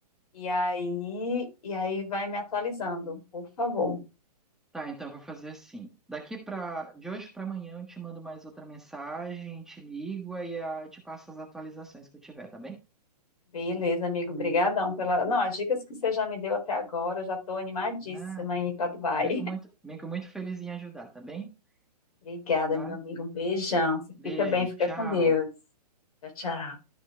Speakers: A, on the left (about 60°); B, in the centre.
A: E aí, e aí vai me atualizando, por favor.
B: Tá, então eu vou fazer assim. Daqui para de hoje para amanhã eu te mando mais outra mensagem, te ligo aí ah, te passo as atualizações que eu tiver, tá bem?
A: Beleza, amigo, brigadão pela... Não, as dicas que você já me deu até agora, eu já estou animadíssima
B: Nada.
A: em ir para Dubai.
B: Eu fico muito, fico muito feliz em ajudar, tá bem?
A: Obrigada,
B: Tá?
A: meu amigo. Um beijão. Você fica
B: Beijo,
A: bem, fica
B: tchau.
A: com Deus. Tchau, tchau.